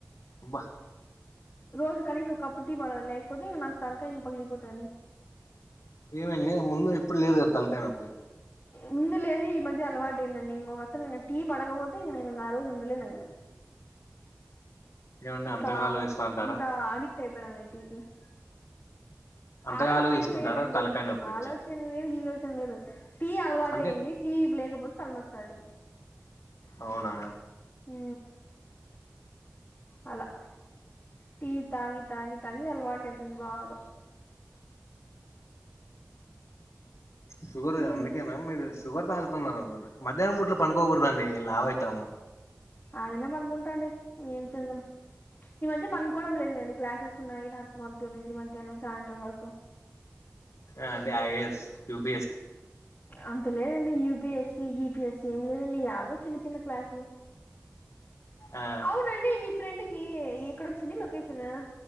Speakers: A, on the left; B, on the left.
A: అబ్బా
B: రోజు కనీసం ఒక కప్పు టీ పడలేకపోతే నాకు ఇంగ తలకాయ పగిలిపోతది
A: ఏమండి ముందు ఇప్పుడు లేదు కదా తలకాయ నొప్పి
B: ముందులేదు ఈ మధ్య అలవాటు అయిందండి ఇంగ అసలు ఇంగ టీ పడకపోతే ఇంగ ఆ రోజు ఉండలేనండి ఇగ
A: ఏమండి
B: అట్లా
A: అంతగా ఆలోచిస్తా అంటారా
B: అంత అడిక్ట్ అయిపోయినా <unintelligible>
A: అంతగా
B: ఆలోచన
A: ఆలోచిస్తుంటారా
B: ఏం లేదండి
A: తలకాయ నొప్పిచ్చి
B: ఆలోచన లేదు గీలోచన లేదు టీ అలవాటు
A: అంటే
B: అయ్యంది టీ లేకపోతే తల నొస్తది
A: అవునా
B: ఉ అలా టీ తాగి తాగి తాగి అలవాటైపోయింది బాగ
A: షుగర్
B: ఇంకేంటి
A: అందుకేనా <unintelligible> షుగర్ తగుతున్నారు అనుకుంటా మధ్యనం పూట్ల పనుకోకూడదండి లావు అయితాము
B: అయినా పనుకుంటా అండి ఏం చేద్దాం ఈ మధ్య పనుకోవడం లేదు లేండి క్లాసెస్ ఉన్నాయి నాకు పొద్దునచి మధ్యాహ్నం సాయంత్రం వరకు
A: అండి ఐఏఎస్ <unintelligible>
B: అంత లేదండి యూపిఎస్సి జీపిఎస్సి ఏం లేదండి యాదో చిన్న చిన్న క్లాసులు
A: ఆ
B: అవునండి మీ ఫ్రెండ్కి ఎక్కడొచ్చింది లొకేషన్